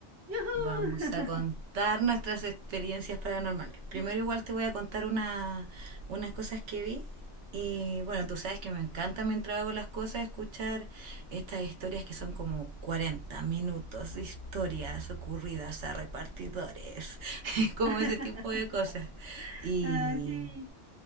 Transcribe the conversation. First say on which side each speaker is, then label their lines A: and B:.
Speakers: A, on the right (about 20°); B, on the right (about 75°).
A: ¡Yujú!
B: Vamos a contar nuestras experiencias paranormales. Primero
A: <laughs>
B: igual te voy a
A: Sí.
B: contar una, unas cosas que vi. Y bueno, tú sabes que me encanta mientras hago las cosas escuchar estas historias que son como 40 minutos de historias ocurridas a repartidores, <laughs> como
A: <laughs>
B: ese tipo de cosas. Y
A: Ah, sí.